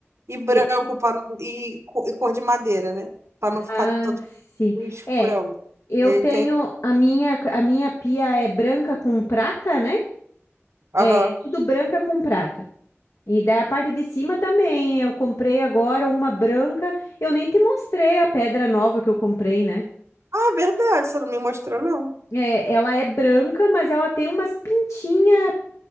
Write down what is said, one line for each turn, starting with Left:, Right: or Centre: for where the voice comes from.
Right: e branco
Left: Eu-
Right: para, não- e, co- e cor de madeira, né? Para não ficar
Left: ah,
Right: todo
Left: sim.
Right: escurão.
Left: É. Eu
Right: Ele
Left: tenho
Right: tem.
Left: a minha a minha pia é branca com prata, né?
Right: Aham.
Left: É tudo branca com prata. E daí a parte de cima também. Eu comprei agora uma branca. Eu nem te mostrei a pedra nova que eu comprei, né?
Right: Ah, é verdade, você não me mostrou, não.
Left: É, ela é branca, mas ela tem umas pintinhas